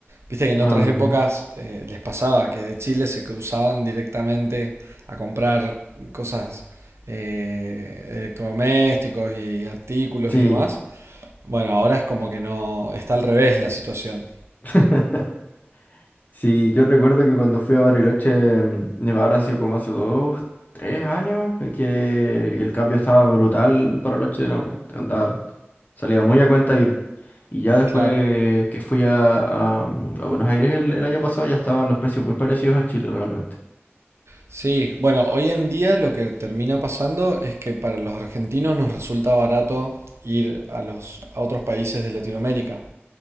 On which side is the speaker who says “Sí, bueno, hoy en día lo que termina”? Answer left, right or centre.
Right